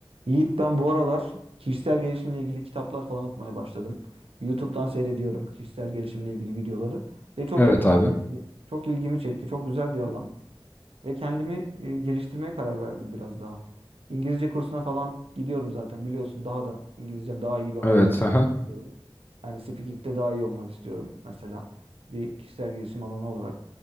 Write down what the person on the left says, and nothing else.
Evet
abi.
Evet.
aha.